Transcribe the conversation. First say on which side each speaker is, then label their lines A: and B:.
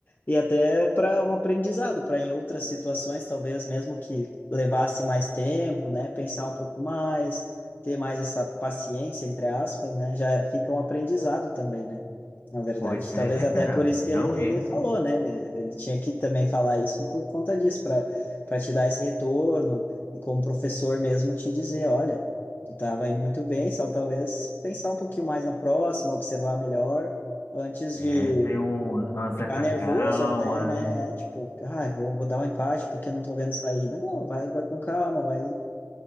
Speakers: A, on the left; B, on the left.
A: E até para um aprendizado, para em outras situações, talvez mesmo que levasse mais tempo, né? Pensar um pouco mais, ter mais essa paciência, entre aspas, né? Já fica um aprendizado também, né? Na verdade.
B: Pois
A: Talvez
B: é,
A: até
B: cara,
A: por isso
B: realmente.
A: que ele, ele falou, né? Ele, ele tinha que também falar isso por conta disso, para para te dar esse retorno e como professor mesmo te dizer, olha, tu estava indo muito bem, só talvez pensar um pouquinho mais na próxima, observar melhor antes
B: É
A: de
B: ter um, uma certa
A: ficar nervoso
B: calma.
A: até, né? É, tipo, ah, vou, vou dar um empate porque eu não tô vendo saída. Não, vai, vai com calma, vai.